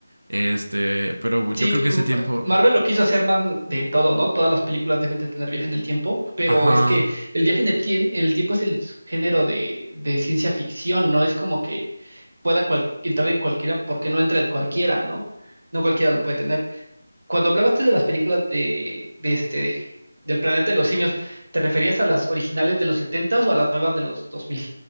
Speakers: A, on the right; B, on the right.
A: Este, pero yo
B: Sí,
A: creo
B: mm,
A: que ese tiempo,
B: Marvel lo quiso hacer más de todo, ¿no? Todas las películas deben de tener viaje en el tiempo, pero
A: ajá,
B: es que el viaje en el, tien- en el tiempo es el género de, de ciencia ficción, no es como que pueda cual- entrar en cualquiera porque no entra el cualquiera, ¿no? No cualquiera lo puede tener. Cuando hablabaste de las películas de, de este, del planeta de los simios, ¿te referías a las originales de los setentas o a las nuevas de los 2000?